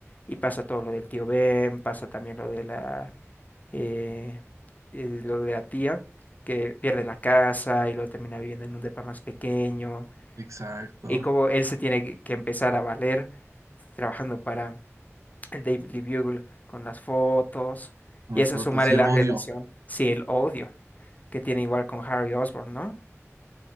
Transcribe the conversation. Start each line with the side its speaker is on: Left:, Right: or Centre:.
Left: y pasa todo lo del tío Ben, pasa también lo de la eh, eh, lo de la tía, que pierde la casa y luego termina viviendo en un depa más pequeño,
Right: Exacto,
Left: y cómo él se tiene que que empezar a valer trabajando para el Daily Bugle con las fotos,
Right: con
Left: y
Right: las
Left: eso
Right: fotos
Left: sumarle
Right: y
Left: la
Right: el odio.
Left: relación, sí, el odio que tiene igual con Harry Osborn, ¿no?